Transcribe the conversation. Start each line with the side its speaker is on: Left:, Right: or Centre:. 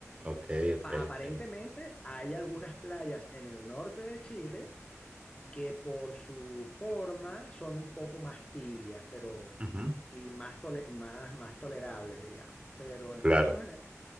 Right: Ok, ok,
Left: Pa- aparentemente
Right: ok.
Left: hay algunas playas en el norte de Chile que por su forma son un poco más tibias, pero
Right: Ujú,
Left: y más, tole- más, más tolerables, digamos. Pero
Right: Claro.
Left: en términos generales,